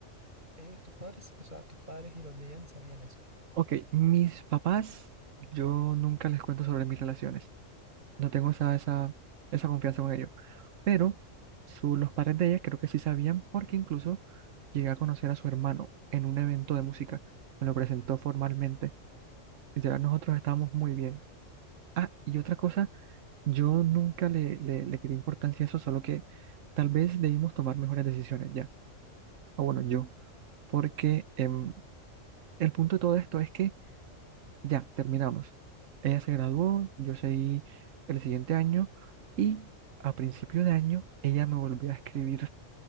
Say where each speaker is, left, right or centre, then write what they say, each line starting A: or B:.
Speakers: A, on the right; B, on the right.
A: ellos, tus padres, o sea, tus padres y los de ella sabían eso.
B: Ok, mis papás, yo nunca les cuento sobre mis relaciones. No tengo esa, esa, esa confianza con ellos. Pero su, los padres de ella creo que sí sabían porque incluso llegué a conocer a su hermano en un evento de música. Me lo presentó formalmente. Literal, nosotros estábamos muy bien. Ah, y otra cosa, yo nunca le, le, le quité importancia a eso, solo que tal vez debimos tomar mejores decisiones ya. O bueno, yo. Porque em, el punto de todo esto es que Ya, terminamos. Ella se graduó, yo seguí el siguiente año y a principio de año ella me volvió a escribir